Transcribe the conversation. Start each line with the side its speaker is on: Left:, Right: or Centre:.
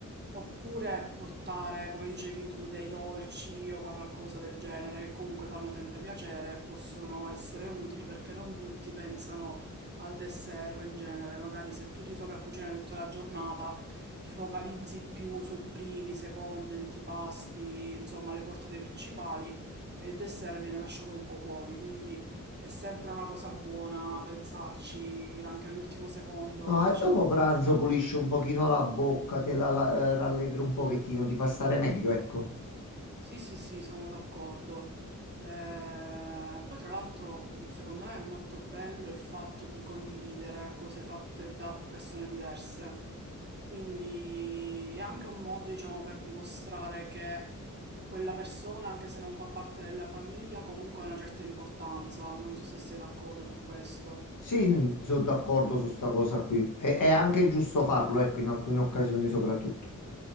Right: Oppure portare, come dicevi tu, dei dolci o qualcosa del genere che comunque fanno sempre piacere e possono essere utili perché non tutti pensano al dessert in genere. Magari se tu ti trovi a cucinare tutta la giornata, ti focalizzi più su primi, secondi, antipasti, insomma, le portate principali e il dessert viene lasciato un po' fuori. Quindi è sempre una cosa buona pensarci anche all'ultimo secondo,
Left: No,
Right: dici
Left: e dopo
Right: cosa
Left: pranzo
Right: facciamo?
Left: pulisci un pochino la bocca, te la, la- eh, rallegri un pochettino, ti fa stare meglio, ecco.
Right: Sì, sì, sì, sono d'accordo. Eh, poi tra l'altro, mh, secondo me è molto bello il fatto di condividere cose fatte da persone diverse. Quindi è anche un modo, diciamo, per dimostrare che quella persona, anche se non fa parte della famiglia, comunque ha una certa importanza. Non so se sei d'accordo su questo.
Left: Sì, sono d'accordo su sta cosa qui. E, è anche giusto farlo, ecco, in alcune occasioni soprattutto.